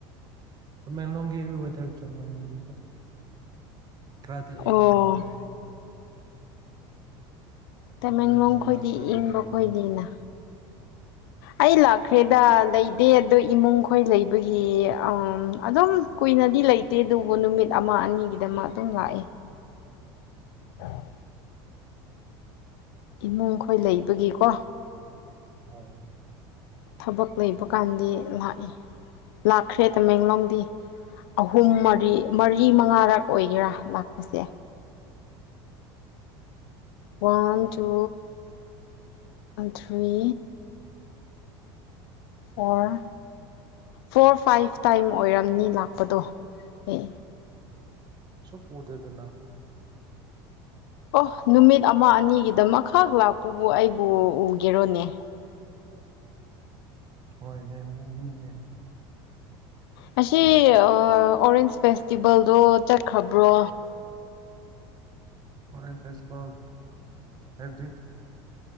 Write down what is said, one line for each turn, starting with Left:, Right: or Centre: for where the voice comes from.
Right: ꯇꯥꯃꯦꯡꯂꯣꯡꯒꯤ ꯋꯦꯇꯔ ꯆꯥꯞ ꯃꯥꯟꯅꯩꯗ ꯀ꯭ꯔꯥꯗꯤ ꯌꯦꯡꯦ
Left: ꯑꯣ
Right: ꯇ ꯃꯅꯣ <inaudible>
Left: ꯇꯃꯦꯡꯂꯣꯡ
Right: ꯑꯗꯨ
Left: ꯈꯣꯏꯗꯤ
Right: ꯂꯥꯛꯇ꯭ꯔꯗꯤ
Left: ꯏꯪꯕ
Right: ꯈꯪꯔꯣꯏ
Left: ꯈꯣꯏꯗꯤꯅ ꯑꯩ ꯂꯥꯛꯈ꯭ꯔꯦꯗ ꯂꯩꯗꯦ ꯑꯗꯣ ꯏꯃꯨꯡ ꯈꯣꯏ ꯂꯩꯕꯒꯤ ꯑꯗꯨꯝ ꯀꯨꯏꯅꯗꯤ ꯂꯩꯇꯦ ꯑꯗꯨꯕꯨ ꯅꯨꯃꯤꯠ ꯑꯃ ꯑꯅꯤꯒꯤꯗꯃꯛ ꯑꯗꯨꯝ ꯂꯥꯛꯑꯦ ꯑ <inaudible> ꯏꯃꯨꯡ ꯈꯣꯏ ꯂꯩꯕꯒꯤꯀꯣ
Right: ꯑꯥ
Left: ꯊꯕꯛ ꯂꯩꯕ ꯀꯥꯟꯗꯤ ꯂꯥꯛꯏ ꯂꯥꯛꯈ꯭ꯔꯦ ꯇꯃꯦꯡꯂꯣꯡꯗꯤ ꯑꯍꯨꯝ ꯃꯔꯤ ꯃꯔꯤ ꯃꯉꯥꯔꯛ ꯑꯣꯏꯒꯦꯔꯥ ꯂꯥꯛꯄꯁꯦ one two three
Right: <unintelligible>
Left: or four five time ꯑꯣꯏꯔꯝꯅꯤ ꯂꯥꯛꯄꯗꯣ ꯑꯦ
Right: ꯁꯥꯛ ꯎꯨꯗ꯭ꯔꯦꯗꯅ
Left: ꯑꯣ ꯅꯨꯃꯤꯠ ꯑꯃ ꯑꯅꯤꯒꯤꯗꯃꯛ ꯃꯈꯥ ꯂꯥꯛꯄꯕꯨ ꯑꯩꯕꯨ ꯎꯒꯦꯔꯣꯅꯦ
Right: ꯍꯣꯏꯅꯦ ꯎꯒꯅꯤꯅꯦ
Left: ꯉꯁꯤ ꯑꯣꯔꯦꯟꯁ ꯐꯦꯁꯇꯤꯚꯦꯜꯗꯣ ꯆꯠꯈ꯭ꯔꯕ꯭ꯔꯣ
Right: ꯑꯣꯔꯦꯟ ꯐꯦꯁꯇꯕꯜ ꯍꯥꯏꯕꯗꯤ